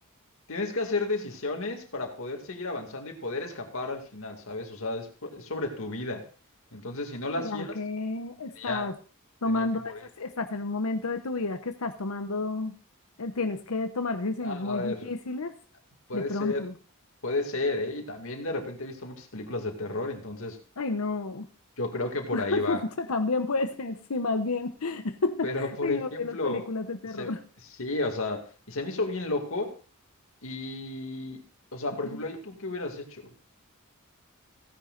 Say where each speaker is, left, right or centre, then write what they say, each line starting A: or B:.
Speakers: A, on the left (about 65°); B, on the left (about 80°).
A: tienes que hacer decisiones para poder seguir avanzando y poder escapar al final, ¿sabes? O sea, es, po- es sobre tu vida. Entonces, si no la
B: ¿Será
A: hacías,
B: que estás
A: tenía,
B: tomando,
A: tenía que morir.
B: decis- estás en un momento de tu vida que estás tomando, eh, tienes que tomar decisiones
A: Ah, A
B: muy
A: ver,
B: difíciles
A: Puede
B: de pronto?
A: ser, puede ser, ¿eh? Y también de repente he visto muchas películas de terror, entonces
B: Ay, no,
A: yo creo que por
B: <laughs>
A: ahí va.
B: también puede ser, sí, más bien. <laughs>
A: Pero, por
B: Ay,
A: ejemplo,
B: yo de las películas de terror.
A: se sí, o sea, y se me hizo bien loco y, o sea,
B: Ujú.
A: por ejemplo, ahí tú qué hubieras hecho?